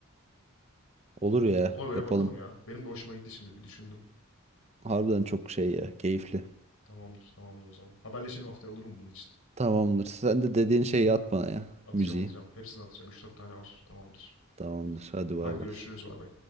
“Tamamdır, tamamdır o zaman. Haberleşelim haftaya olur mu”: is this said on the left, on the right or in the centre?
Left